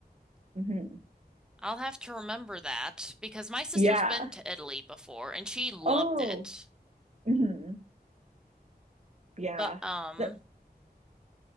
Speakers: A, on the right (about 45°); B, in the centre.
A: hmm
B: I'll have to remember that because my sister's
A: Yeah.
B: been to Italy before and she loved
A: Oh,
B: it.
A: hmm yeah.
B: But um
A: The,